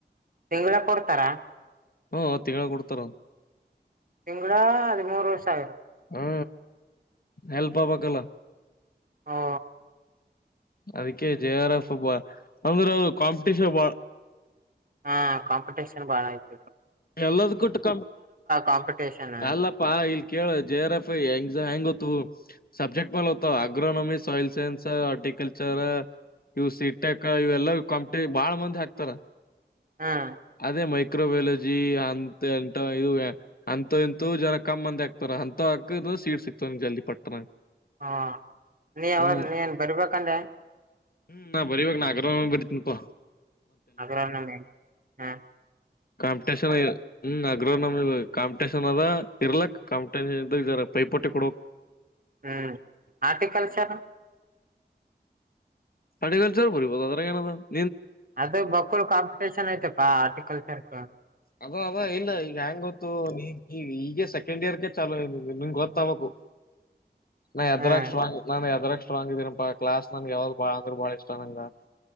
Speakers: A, on the right; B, on the left.
A: ತಿಂಗಳ ಕೊಡ್ತಾರ
B: ಹ್ಮ ತಿಂಗಳ ಕೊಡ್ತಾರ
A: ತಿಂಗಳ ಹದಿಮೂರು ವರ್ಷ ಆಗಿತ್ತೆ
B: ಹಾ ಹೆಲ್ಪ ಹವ ಕಲ್ಲ
A: ಹಾ
B: ಅದಕ್ಕೆ ಜೆ ಆರ್ ಎಫ್ ಅಂದ್ರೆ ಅ ಕಾಂಪಿಟಷನ್ ಬಾಳ್
A: ಹಾ ಕಾಂಪಿಟೇಷನ್ ಬಾಳ ಆಯ್ತು
B: ಎಲ್ಲದ ಕುಟ್ಟ ಕ
A: ಕಾಂಪಿಟೇಷನ್
B: ಅಲ್ಲಪ್ಪಾ ಇಲ್ಲಿ ಕೇಳ ಜೆ ಆರ್ ಎಫ ಐ ಹೆಂಗ್ ಹೆಂಗ ಸಬ್ಜೆಕ್ಟ್ ಮೇಲೆ ಹ್ತ ಅಗ್ರೋನಮಿ ಸಾಯಯಿಲ್ ಸೈನ್ಸ್ ಹಾರರ್ಟಿಕಲ್ಚರ್ ಇವು ಸಿಟೆಕ್ ಇವೆಲ್ಲ ಕಾಂಪಿಟ ಬಾಳ ಮಂದಿ ಹಾಕ್ತಾರ
A: ಹ್ಮ್
B: ಅದೇ ಮೈಕ್ ಇ್ರ ವೇಜ <unintelligible> ಜೀ ಅಂತ ಎಂಂತ ಇ ಅಂತ ಎಂತು ಜನ ಕಮ್ಮ್ ಮಂದಿ ಆಕ್ತಾರ ಅಂತ ಹಾಕ ಸೀಟ್ ಸಿಕ್ತವ ಜಲ್ದಿ ಪಟ್ಟನ
A: ಹಾ ನೀ ಯಾವಾಗ
B: ಹ್ಮ್
A: ನೀನ್ ಬರ್ಬೇಕಂದೆ
B: ಹ್ಮ್ ನಾ ಬರಿಬೇಕಕ್ ನಾ ಆಗ್ರ ಬರೀತನಪ್ಪ
A: ಅಗ್ರ ಹಾ
B: ಕಾಂಪಿಟೇಷನ್ ಹ್ಮ ಅಗ್ರ ನಮ ಕಾಂಪಿಟೇಷನ್ ಅದ ಇರ್ಲಕ್ ಕಾಂಪಿಟಷನ್ ಇದ ಇದಾರ ಪೈಪೋಟಿ ಕೊಡಕ್
A: ಹ್ಮ್ ಆರ್ಟಿಕಲ್ಚರ್
B: ಅ್ರಕಲ್ಚರ್ ಬರಿಬೋದು ಅದ್ರ ಏನ
A: ಅದು ಮಕ್ಕಳ ಕಾಂಪಿಟೇಷನ್ ಐ್ತಪಾ ಆರ್ಟಿಕಲ್ಚರ್ ಹ
B: ಅ ಅವ ಇಲ್ಲ ಈಗ ಹೆಂಗ ಗೊತ್ತು ನೀ ನೀವಿ ಗೆ ಸೆಕೆಂಡ್ ಇಯರ್ಗೆ ಚಾಲು ನ ನಿಂಗೆ ಗೊತ್ತಬಬೇಕು ನಾ ಎದರಕ್ಷ್
A: ಹ್ಮ್
B: ನಾನು ಎದರಕ್ಷ ಇಷ್ಟಂಗ ಇದೀರಪ ಕ್ಲಾಸ್ ನಂಗೆ ಯಾವ್ದ್ ಬಾ ಅಂದ್ರರು ಬಾಳ ಇಷ್ಟ ನಂಗಗೆ